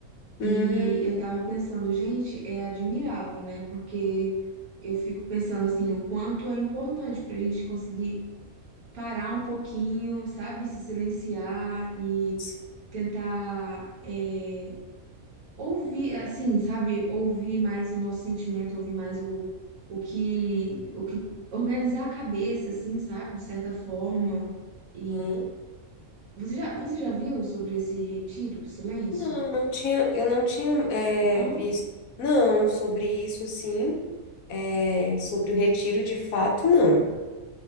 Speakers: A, on the left; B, on the right.
A: Hum,
B: E eu tava pensando, gente, é admirável, né? Porque eu fico pensando assim, o quanto é importante pra gente conseguir parar um pouquinho, sabe? Se silenciar e
A: sim.
B: tentar é, ouvir, assim, sabe? Ouvir mais o nosso sentimento, ouvir mais o, o que, o que organizar a cabeça, assim, sabe? De certa forma. E
A: Aham.
B: você já, você já viu sobre esse retiro do silêncio?
A: Não, não tinha, eu não tinha é,
B: Não?
A: visto, não, sobre isso, sim, é, sobre o retiro de fato, não,